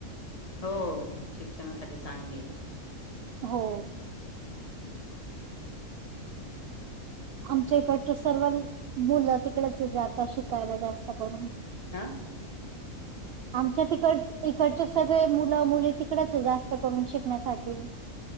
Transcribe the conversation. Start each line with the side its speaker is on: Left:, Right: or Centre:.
Left: हो शिक्षणासाठी चांगली आहे.
Right: हो, आमच्या इकडच्या सर्व मुलं तिकडेच जाता शिकायला जास्त करून,
Left: हा.
Right: आमच्या तिकड इकडच्या सगळे मुलं मुली तिकडच आहे जास्त करून शिकण्यासाठी,